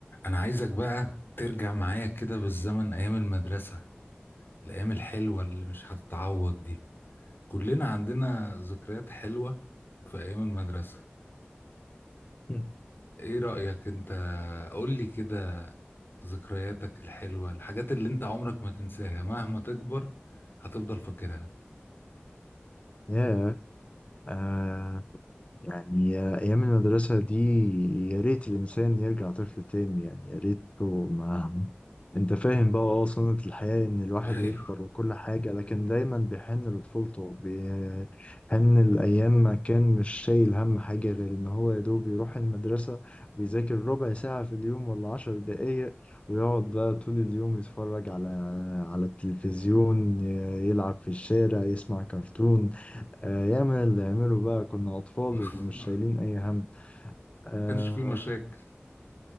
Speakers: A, on the left; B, on the left.
A: انا عايزك بقى ترجع معايا كده بالزمن ايام المدرسة الايام الحلوة اللي مش هتتعوض دي كلنا عندنا ذكريات حلوة في ايام المدرسة
B: مم.
A: ايه رأيك انت قولي كده ذكرياتك الحلوة الحاجات اللي انت عمرك ما تنساها مهما تكبر هتفضل فاكرها
B: ياه آه. يعني يا- أيام المدرسة دي يا ريت الإنسان يرجع طفل تاني يعني يا ريته ما أنت فاهم بقى أه سنة الحياة إن الواحد
A: ايوه
B: يكبر وكل حاجة لكن دايما بيحن لطفولته بيحن الأيام ما كان مش شايل هم حاجة غير إن هو يا دوب يروح المدرسة ويذاكر ربع ساعة في اليوم ولا عشر دقايق ويقعد بقى طول اليوم يتفرج على على التلفزيون ي- يلعب في الشارع يسمع كرتون آه ياما اللي عمله بقى كنا أطفال
A: <laughs>
B: ومش شايلين أي هم آه,
A: كانش في مشاكل